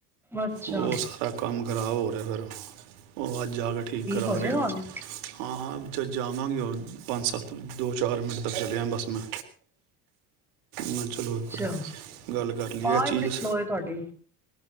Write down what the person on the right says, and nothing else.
ਉਹ ਸਾਰਾ ਕੰਮ ਖਰਾਬ ਹੋ ਰਿਹਾ ਫਿਰ। ਉਹ ਅੱਜ ਜਾ ਕੇ ਠੀਕ ਕਰਾ
ਰਿਹਾਂ,
ਹਾਂ-ਹਾਂ। ਚ ਜਾਵਾਂਗੇ ਹੋਰ ਪੰਜ ਸੱਤ ਦੋ ਚਾਰ ਮਿੰਟ ਤੱਕ ਚਲਿਆ ਬੱਸ ਮੈਂ, ਮ ਚਲੋ
ਇਕ ਵਾਰ ਗੱਲ ਕਰ
ਲਈਏ ਇਹ ਚੀਜ਼